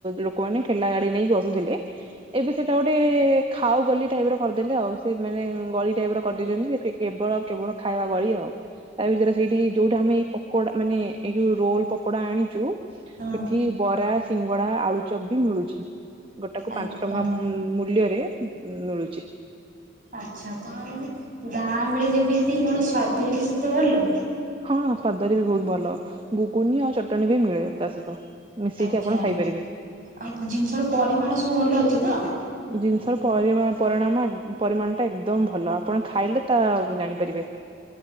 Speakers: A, on the right; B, on the right.
A: ଲୋକମାନେ ଠେଲା ଗାଡି ନେଇକି ବସୁଥିଲେ ଏବେ ସେଇଟା ଗୋଟେ ଖାଉ ଗଲି ଟାଇପ ର କରିଦେଲେ ଆଉ ସେ ମାନେ ଗଳି ଟାଇପର କରିଦେଇଛନ୍ତି କେବଳ କେବଳ ଖାଇବା ଗଳି ଆଉ ତା ଭିତରେ ସେଇଠି ଯୋଉଟା ଆମେ ପକଡା ମାନେ ଏଇ ଯୋଉ ରୋଲ ପକୋଡା ଆଣିଛୁ ସେଠି
B: ହଁ।
A: ବରା ସିଙ୍ଗଡା ଆଳୁଚପ ବି ମିଳୁଛି। ଗୋଟାକୁ
B: ଆଚ୍ଛା
A: ପାଞ୍ଚ ଟଙ୍କା ମୂଲ୍ୟରେ ମିଳୁଛି।
B: ଆଚ୍ଛା ତ। ମାନେ ଦାମରେ ଯେମିତି କଣ ସ୍ଵାଦରେ ବି ସେତେ ଭଲ?
A: ହଁ ସ୍ୱାଦରେ ବି ବହୁତ ଭଲ ଗୁଗୁନି ଆଉ ଚଟଣି ବି ମିଳେ ତା ସହିତ। ମିଶେଇକି
B: ଆଚ୍ଛା
A: ଆପଣ ଖାଇପାରିବେ।
B: ଆଉ ଜିନିଷର ପରିମାଣ ସବୁ ଭଲ ଅଛି ତ।
A: ଜିନିଷର ପରିଣାମ ପରିମାଣଟା ଏକଦମ ଭଲ ଆପଣ ଖାଇଲେ ତା ଜାଣିପାରିବେ।